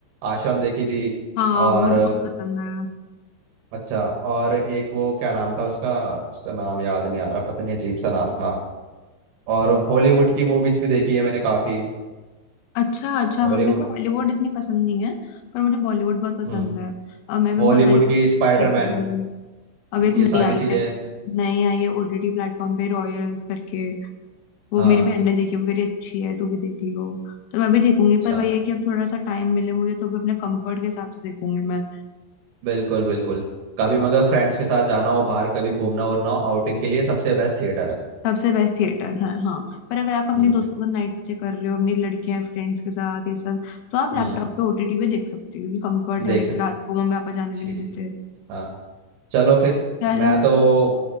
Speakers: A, on the right; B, on the left.
A: आश्रम देखी थी
B: हाँ
A: और
B: वो मुझे बहुत पसंद है
A: अच्छा और एक वो क्या नाम था उसका उसका नाम याद नहीं आ रहा पता नहीं अजीब सा नाम था और हॉलीवुड की मूवीज भी देखी है मैंने काफी
B: अच्छा अच्छा हाँ,
A: हॉलीवुड
B: मेरे को हॉलीवुड इतनी पसंद नहीं है पर मुझे बॉलीवुड बहुत पसंद
A: हम्म
B: है और मैं भी
A: हॉलीवुड
B: बहुत सारी सीरीज
A: की स्पाइडरमैन
B: देख रही हूँ अब
A: ये
B: एक नई
A: सारी
B: आई
A: चीजें
B: है नई आई है ओटीटी प्लेटफॉर्म पे रॉयल्स करके वो
A: हाँ
B: मेरी बहन ने देखी वो कह रही अच्छी है तू भी देख ली वो तो मैं भी देखूंगी
A: अच्छा
B: पर वही है कि अब थोड़ा सा टाइम मिले मुझे तो भी अपने कंफर्ट के हिसाब से देखूंगी मैं
A: बिल्कुल बिल्कुल कभी मगर फ्रेंड्स के साथ जाना हो बाहर कभी घूमना वूमना हो आउटिंग के लिए सबसे बेस्ट थिएटर है
B: सबसे बेस्ट थिएटर है हाँ पर अगर आप अपने
A: हम्म
B: दोस्तों का नाइट स्टे कर रहे हो अपनी लड़कियां फ्रेंड्स के साथ ये सब तो आप लैपटॉप
A: हम्म
B: पे ओटीटी पे देख सकती हो क्योंकि कंफर्ट
A: देख
B: है एक
A: सकते
B: तो रात को मम्मी पापा जाने भी
A: ठीक
B: नहीं देते
A: हाँ चलो फिर
B: चलो
A: मैं तो